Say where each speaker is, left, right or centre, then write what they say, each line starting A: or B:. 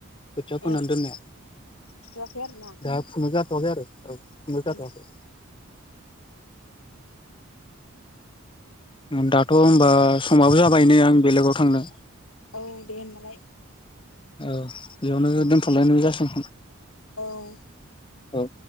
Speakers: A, on the left; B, on the left.
A: खोथिया फोनानै
B: औ
A: दोननाया
B: फुथ'वाखै आरोना
A: दा फुनो जा थवाखै आरो औ फुनो
B: औ
A: जाथवाखै। ओम दाथ होनबा समाबो जाबाय नै आं बेलेगाव थांनो।
B: औ दे होनबालाय।
A: औ बेयावनो दोनथलायनाय जासि
B: औ
A: औ।